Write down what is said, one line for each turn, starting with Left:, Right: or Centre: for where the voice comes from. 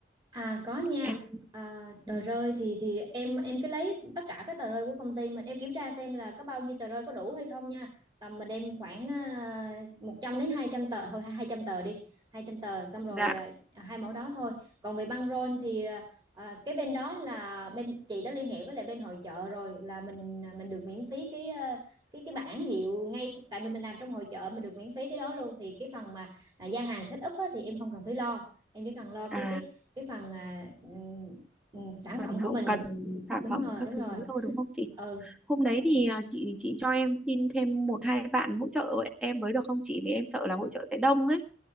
Right: À có nha.
Centre: em
Right: À, tờ
Centre: ừ,
Right: rơi thì thì em em cứ lấy tất cả các tờ rơi của công ty mình em kiểm tra xem là có bao nhiêu tờ rơi có đủ hay không nha. Tầm mình đem khoảng à, 100 đến 200 tờ thôi 200 tờ đi. hai trăm tờ xong rồi
Centre: dạ
Right: à, hai mẫu đó thôi. Còn về băng rôn thì à, à, cái bên đó là bên chị đã liên hệ với lại bên hội chợ rồi là mình à, mình được miễn phí cái à, cái cái bảng hiệu ngay tại vì mình làm trong hội chợ mình được miễn phí cái đó luôn thì cái phần mà à, gian hàng set up á, thì em không cần phải lo em chỉ cần lo cái
Centre: à
Right: cái cái phần à, ừ, ừ, sản
Centre: phần
Right: phẩm
Centre: hậu
Right: của mình
Centre: cần sản
Right: đúng
Centre: phẩm
Right: rồi
Centre: các
Right: đúng
Centre: thứ
Right: rồi
Centre: thôi đúng không chị
Right: ừ
Centre: hôm đấy thì à, chị chị cho em xin thêm một hai bạn hỗ trợ em với được không chị vì em sợ là hỗ trợ sẽ đông ấy